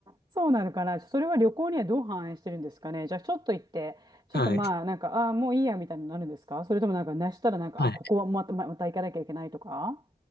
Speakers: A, on the right; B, on the left.
A: そうなのかな。それは旅行にはどう反映してるんですかね。じゃあちょっと行って、ちょっとまあなんか、
B: はい。
A: ああー、もういいやみたいになるんですかそれともなんか、なしたらなんか、
B: はい。
A: あ、ここはまた、ままた行かなきゃいけないとか